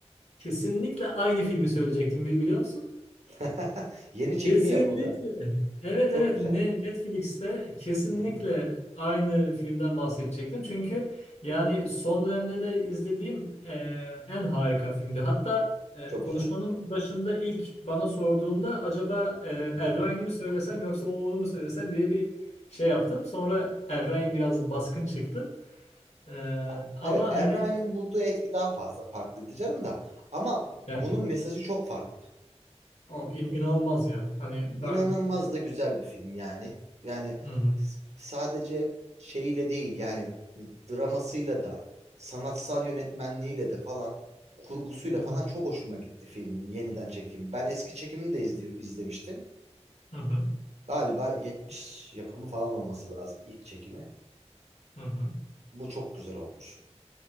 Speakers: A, on the left; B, on the right.
A: kesinlikle aynı filmi söyleyecektim bi- biliyor musun?
B: <laughs> Yeni çekimi
A: Kesinlikle
B: yapıldı.
A: Evet
B: Çok
A: evet
B: güzel.
A: Ne- Netflix'te kesinlikle
B: Hı-hı.
A: aynı filmden bahsedecektim. Çünkü yani son dönemde de izlediğim e, en harika filmdi. Hatta e,
B: Çok
A: konuşmanın
B: güzel.
A: başında ilk bana sorduğunda acaba e,
B: Hı-hı.
A: Er Ryan'i mi söylesem yoksa o- onu mu söylesem diye bir şey yaptım. Sonra Er
B: Hı-hı.
A: Ryan biraz baskın çıktı. E,
B: Ya,
A: ama
B: evet, Er
A: hani
B: Ryan'in bulduğu etki daha fazla farklıydı canım da. Ama
A: yani,
B: bunun mesajı çok farklı.
A: o in- inanılmaz ya. Hani ben...
B: İnanılmaz da güzel bir film yani. Yani
A: Hı hı.
B: s- sadece şeyiyle değil yani dramasıyla da sanatsal yönetmenliğiyle de falan kurgusuyla
A: Hı hı.
B: falan çok hoşuma gitti filmin yeniden çekimi. Ben eski çekimini de izli- izlemiştim.
A: Hı hı.
B: Galiba 70 yapımı falan olması lazım ilk çekimi.
A: Hı hı.
B: Bu çok güzel olmuş.